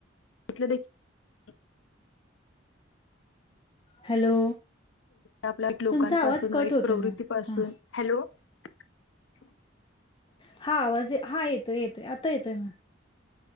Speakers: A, on the left; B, on the left.
A: म्हटलं दे <unintelligible>
B: हॅलो
A: आपल्या लोकांपासून,
B: तुमचा आवाज कट
A: वाईट
B: होतोय
A: प्रवृत्तीपासून,
B: मॅम हा
A: हॅलो <inaudible>
B: हा आवाज, हा येतोय, येतोय आता येतोय मग